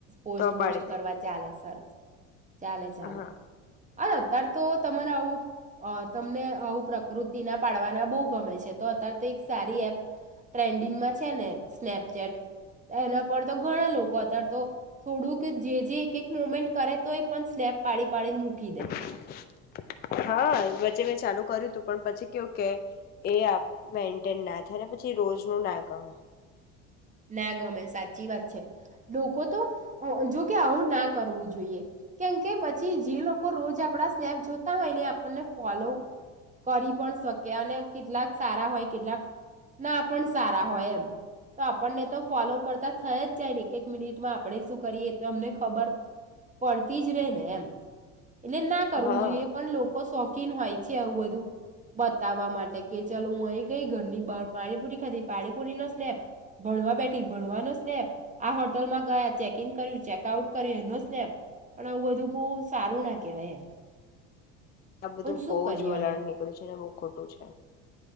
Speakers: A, on the right; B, on the left.
A: પોસ્ટ
B: તો પાડી
A: બોસ્ટ
B: દે
A: કરવા ચાલે સર ચાલે ચાલે.
B: હા
A: આ અત્યાર તો, તમારે આવું અ તમને આવું પ્રાકૃત તિ ના પાડવાના બો ગમે છે. તો અત્યારે તો એક સારી એપ ટ્રેન્ડિંગમાં છે ને, સ્નેપચેટ એના પર તો ઘણા લોકો અત્યારે તો થોડુંક જે જે એક એક મોમેન્ટ કરે તો પણ સ્નેપ પાડી પાડીને મૂકી દે
B: <inaudible> હા! વચ્ચે મેં ચાલુ કરેલુ હતું. પણ પછી કેવું કે, એ મેન્ટેન ના થાય ને પછી રોજ નું ના ગમે.
A: ના ગમે સાચી વાત છે. લોકો તો અ જો કે આવું ના કરવું જોઈએ. કેમકે પછી જે લોકો રોજ આપડા સ્નેપ જોતા હોય ને, આપણને ફોલો કરી પણ શકે, અને કેટલાક સારા હોય, કેટલાક ના પણ સારા હોય એમ. તો આપણને તો ફોલો કરતા થય જ જાય ને, એક એક મિનિટમાં આપણે શું કરીએ તો, અમને ખબર પડતી જ રેય ને એમ. એટલે ના કરવું
B: હા
A: જોઈએ પણ લોકો શોખ કીન હોય છે. આવું બધું બતાવવા માટે કે, ચાલ હું અહી ગઈ ઘરની બહાર પાણીપુરી ખાધી, પાણીપુરી નો સ્નેપ. ભણવા બેઠી ભણવાનો સ્નેપ, આ હોટલમાં ગયા ચેક ઈન કર્યું ચેક આઉટ કર્યું એનો સ્નેપ, પણ આવું બધું બહું સારું ના કહેવાય એમ.
B: આ બધું
A: પણ શું
B: બહુ
A: કરીએ
B: જ વલણ
A: હવે
B: નીકળ્યું છે. અને બહુ ખોટું છે.